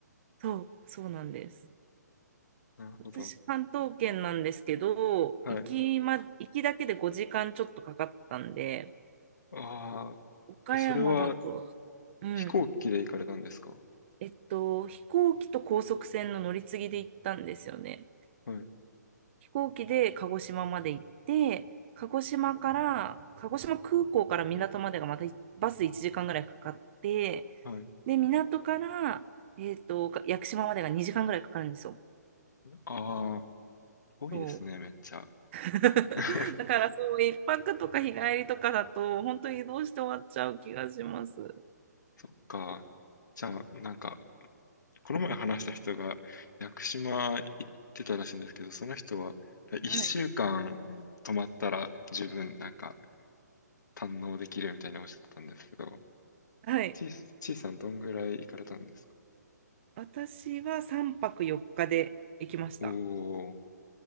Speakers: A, on the right (about 40°); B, on the left (about 75°).
A: そう、そうなんです。
B: なるほど。
A: 私、関東圏なんですけど、
B: はい。
A: 行きま、行きだけで5時間ちょっとかかったんで、
B: あー、
A: 岡山だと、
B: えそれは
A: うん、
B: 飛行機で行かれたんですか
A: えっと、飛行機と高速船の乗り継ぎで行ったんですよね。
B: はい。
A: 飛行機で鹿児島まで行って、鹿児島から、鹿児島空港から港までがまたバス1時間ぐらいかかって、
B: はい。
A: で、港から、えっと、屋久島までが2時間ぐらいかかるんですよ。
B: あー、遠いですね、
A: そう。
B: めっちゃ。
A: <laughs>
B: <laughs>
A: だからそう一泊とか日帰りとかだと本当に移動して終わっちゃう気がします。
B: そっか。じゃあ、なんか、この前話した人が屋久島行ってたらしいんですけど、その人は1週間泊まったら十分なんか
A: はい。
B: 堪能できるみたいにおっしゃってたんですけど、
A: はい。
B: ちい、ちいさんどんぐらい行かれたんですか
A: 私は3泊4日で行きました。
B: おお、